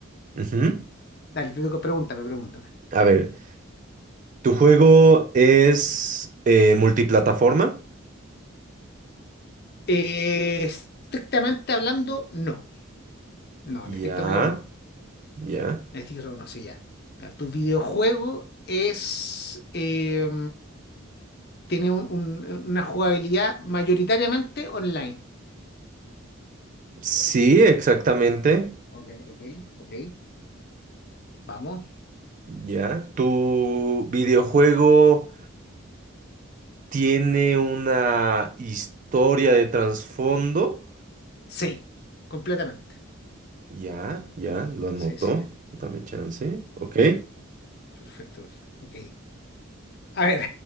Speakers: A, on the right; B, on the left.
A: Ujú.
B: Dale, te toca, pregúntame, pregúntame.
A: A ver, ¿tu juego es eh, multiplataforma?
B: Eh, estrictamente hablando, no. No,
A: Ya,
B: en estricto rigor no.
A: ya.
B: En estricto rigor no, sí, ya. Ya, tu videojuego es... eh, tiene un- un- una jugabilidad mayoritariamente online.
A: Sí, exactamente.
B: Ah, Ok, ok, ok. Vamos.
A: Ya. ¿Tu videojuego tiene una historia de trasfondo?
B: Sí, completamente.
A: Ya, ya, lo anotó.
B: Sí, sí.
A: Dame chance. Ok.
B: Perfecto. Ok. A ver,